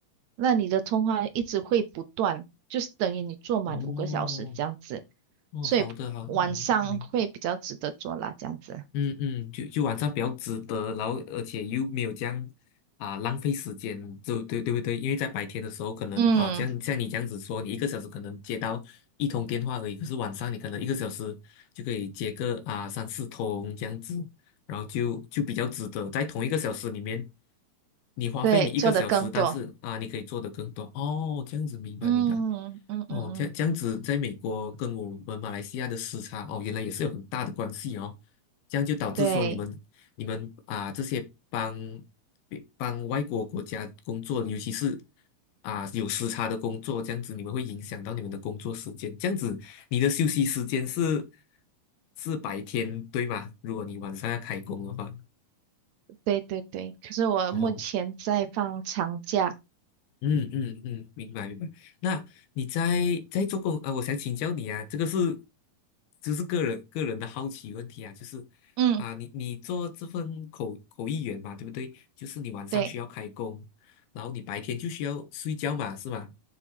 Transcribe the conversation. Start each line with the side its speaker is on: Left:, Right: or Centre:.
Right: 那你的通话一直会不断，就是等于你坐满五个小时这样子。
Left: 哦哦，
Right: 所以晚上会比较值得做啦，
Left: 好的好的，明
Right: 这样子。
Left: 嗯嗯，就就晚上比较值得，然后而且又没有这样啊、浪费时间，就对对不对？因为在白天的时候，可能啊，
Right: 嗯，
Left: 像像你这样子说，你一个小时可能接到一通电话而已，可是晚上你可能一个小时就可以接个啊三四通这样子，然后就就比较值得，在同一个小时里面，你花费你一个小时，
Right: 对，做的更多。
Left: 但是啊，你可以做的更多哦，这样子明白明白。
Right: 嗯嗯嗯嗯，
Left: 哦，这样这样子，在美国跟我们马来西亚的时差哦，原来也是有很大的关系哦。这样就导致说你们你们啊这些帮
Right: 对
Left: 帮外国国家工作，尤其是啊有时差的工作，这样子你们会影响到你们的工作时间。这样子你的休息时间是是白天，对吗？如果你晚上要开工的话，
Right: 对对对。可是我目前在放长假。
Left: 哦，嗯嗯嗯，明白明白。那你在在做工啊？我想请教你啊，这个是这是个人个人的好奇问题啊，就是
Right: 嗯，
Left: 啊，你你做这份口口译员嘛，对不对？就是你晚上需要开工，
Right: 对，
Left: 然后你白天就需要睡觉嘛，是吗？